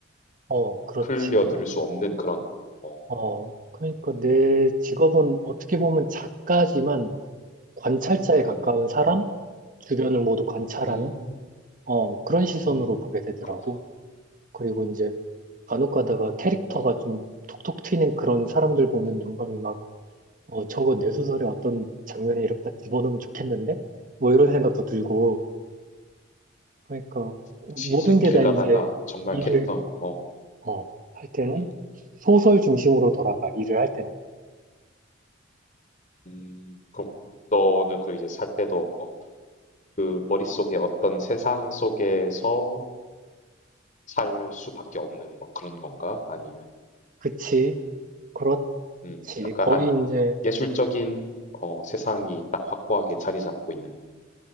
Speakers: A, on the right; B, on the left.
A: 어, 그렇지.
B: 흘려 들을 수 없는 그런 어.
A: 어, 그러니까 내 직업은 어떻게
B: 음.
A: 보면 작가지만 관찰자에
B: 음.
A: 가까운 사람? 주변을 모두 관찰하는?
B: 음. 음.
A: 어, 그런 시선으로
B: 음.
A: 보게 되더라고.
B: 그렇구나.
A: 그리고 이제 간혹 가다가 캐릭터가
B: 어.
A: 좀 톡톡 튀는 그런 사람들 보면
B: 음.
A: 영감이 막, 어, 저거 내 소설에 어떤 장면에 이렇게 딱 집어넣으면 좋겠는데? 뭐 이런
B: 음.
A: 생각도 들고. 그러니까 모든
B: 그치 이제
A: 게
B: 길
A: 다
B: 가다가
A: 이제
B: 정말
A: 일을,
B: 캐릭터 어.
A: 어, 할 때는
B: 음.
A: 소설 중심으로 돌아가, 일을 할 때는.
B: 음. 그럼 너는 그 이제 살 때도 어, 그 머릿속에 어떤 세상 속에서 살 수밖에 없는 뭐 그런 건가? 아니면
A: 그치, 그렇지.
B: 음, 약간
A: 거의
B: 아-
A: 이제,
B: 예술적인 어, 세상이 딱 확고하게 자리 잡고 있는